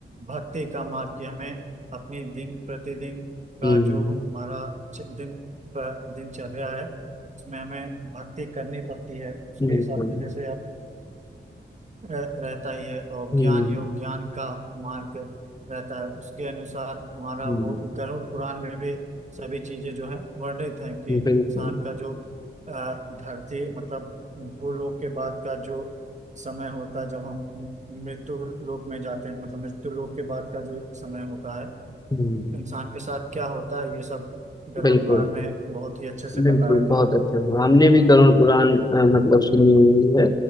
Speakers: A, on the right; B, on the left.
A: भक्ति का मार्ग कि हमें अपनी दिन प्रतिदिन का
B: हम्म
A: जो हमारा चि- दिन प- दिनचर्या है उसमें हमें भक्ति करनी पड़ती है उसके
B: बिल्कुल
A: हिसाब से जैसे आप रह- रहता ही है और
B: हम्म
A: ज्ञान योग ज्ञान का मार्ग रहता है उसके अनुसार हमारा
B: हम्म
A: वो गरुड़ पुराण में भी सभी चीजें जो है वर्णित हैं कि
B: बिल्कुल
A: इंसान का जो अ, धरती मतलब भूलोक के बाद का जो समय होता है जब हम मृत्यु लोक में जाते हैं मतलब मृत्यु लोक के बाद का जो समय होता है
B: हम्म
A: इंसान के साथ क्या होता है ये सब गरुड़
B: बिल्कुल
A: पुराण में बहुत ही अच्छे से बताया
B: बिल्कुल,
A: गया
B: बहुत
A: है हम्म,
B: अच्छे से। हमने भी गरुड़ पुराण अ, मतलब सुनी हुई है